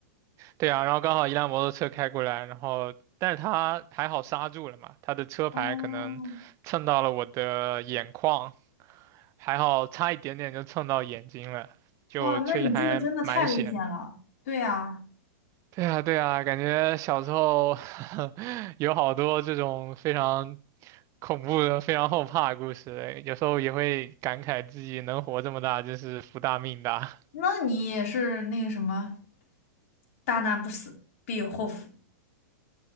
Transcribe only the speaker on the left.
哦，
哇，那你这个真的太危险了。对呀，
那你也是那个什么，大难不死，必有后福。